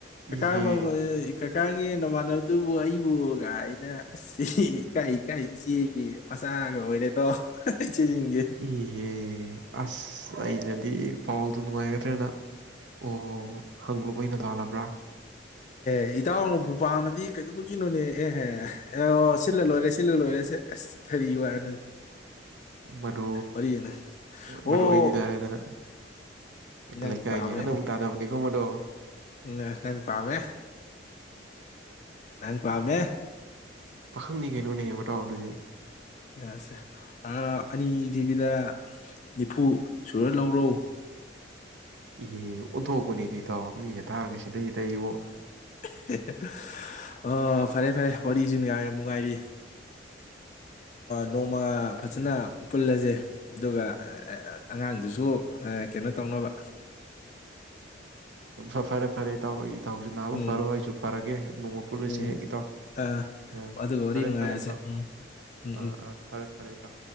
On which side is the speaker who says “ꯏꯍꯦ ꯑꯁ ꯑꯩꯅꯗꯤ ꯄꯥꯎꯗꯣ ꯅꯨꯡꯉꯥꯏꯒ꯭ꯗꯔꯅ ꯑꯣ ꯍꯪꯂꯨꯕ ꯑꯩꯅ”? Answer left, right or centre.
Right